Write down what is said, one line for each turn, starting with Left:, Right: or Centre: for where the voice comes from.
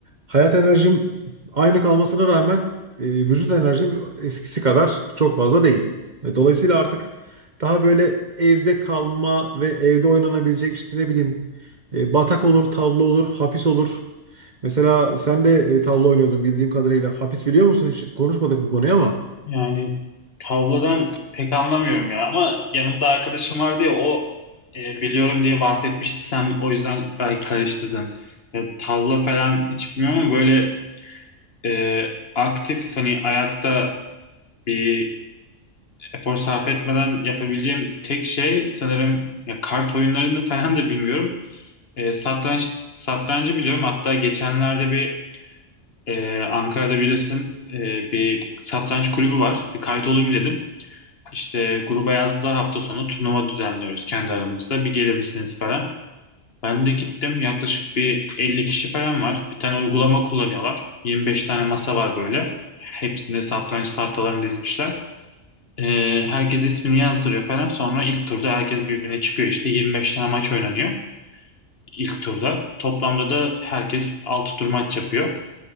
Right: hayat enerjim aynı kalmasına rağmen e, vücut enerjim eskisi kadar çok fazla değil. E, dolayısıyla artık daha böyle evde kalma ve evde oynanabilecek işte ne bileyim e, batak olur, tavla olur, hapis olur. Mesela sen de e, tavla oynuyordun bildiğim kadarıyla. Hapis biliyor musun? Hiç konuşmadık bu konuyu ama.
Left: yani tavladan pek anlamıyorum ya. Ama yanımda arkadaşım vardı ya o e, biliyorum diye bahsetmişti. Sen o yüzden belki karıştırdın. Ya, tavla falan hiç bilmiyorum ama böyle e, aktif hani ayakta bir efor sarf etmeden yapabileceğim tek şey sanırım ya kart oyunlarını <laughs> falan da bilmiyorum. E, satranç satrancı biliyorum. Hatta geçenlerde bir e, Ankara'da bilirsin e, bir satranç kulübü var. Bir kaydolayım dedim. İşte gruba yazdılar hafta sonu turnuva düzenliyoruz kendi aramızda. Bir gelir misiniz falan. Ben de gittim yaklaşık bir 50 kişi falan var. Bir tane uygulama kullanıyorlar. 25 tane masa var böyle. Hepsinde satranç tahtalarını dizmişler. Ee, herkes ismini yazdırıyor falan. Sonra ilk turda herkes birbirine çıkıyor işte. 25 tane maç oynanıyor ilk turda. Toplamda da herkes 6 tur maç yapıyor.